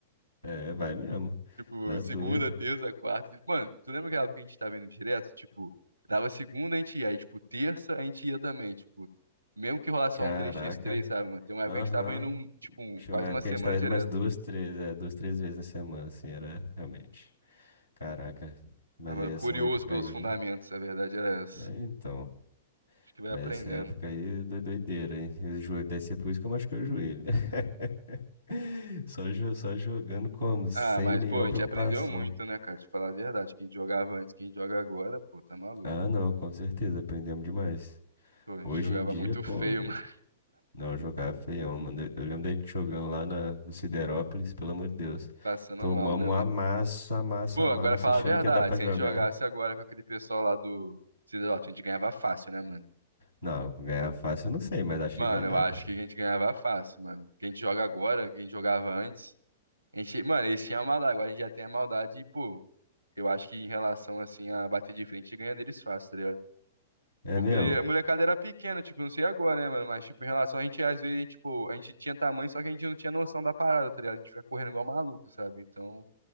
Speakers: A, on the left; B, on the right.
A: É, vai mesmo.
B: Tipo,
A: Tá doido.
B: segunda, terça, quarta. Mano, tu lembra aquela época que a gente tava indo direto? Tipo, dava segunda, a gente ia. Aí, tipo, terça, a gente ia também. Tipo, mesmo que rolasse
A: Caraca.
B: só um três x três sabe, mano? Tem uma época
A: Aham.
B: que a gente tava indo, um, tipo, um-
A: Tinha
B: quase
A: uma época
B: uma semana
A: que a gente tava
B: direto.
A: indo umas duas, três, é, duas, três vezes na semana, assim, era realmente. Caraca. Mas
B: Tava
A: aí
B: curioso
A: essa época
B: pelos
A: aí.
B: fundamentos, a verdade era essa.
A: É, então.
B: Acho que vai
A: Mas
B: aprendendo.
A: essa época aí doi- doideira, hein? O joelho deve ser por isso que eu machuquei o joelho, né? <laughs> Só, jo- só jogando como? Sem
B: Ah, mas,
A: nenhuma
B: pô, a
A: preocupação.
B: gente aprendeu muito, né, cara? Te falar a verdade. Quem jogava antes, quem joga agora, pô, tá maluco.
A: Ah, não, com certeza, aprendemos demais.
B: Pô, a gente
A: Hoje
B: jogava
A: em dia,
B: muito
A: pô,
B: feio, <laughs> mano.
A: não, jogava feião, mano. Eu eu lembro da gente jogando lá na, no Siderópolis, pelo amor de Deus.
B: Passando
A: Tomamos
B: mal, né, mano?
A: um amasso, amasso,
B: Pô,
A: amasso,
B: agora fala
A: achando
B: a verdade.
A: que ia dar pra
B: Se
A: jogar.
B: a gente jogasse agora com aquele pessoal lá do Cidadop, a gente ganhava fácil, né, mano?
A: Não, ganhava fácil, eu não sei, mas acho
B: Mano,
A: que ganhava.
B: eu acho que a gente ganhava fácil, mano. Que a gente joga agora, que a gente jogava antes. A gente, mano, eles tinham a maldade, agora a gente já tem a maldade e, pô, eu acho que em relação, assim, a bater de frente, a gente ganha deles fácil, tá ligado?
A: É
B: Porque
A: mesmo?
B: ele- a molecada era pequena, tipo, não sei agora, né, mano? Mas, tipo, em relação a gente, às vezes, a gente, tipo, a gente tinha tamanho, só que a gente não tinha noção da parada, tá ligado? A gente fica correndo igual maluco, sabe? Então,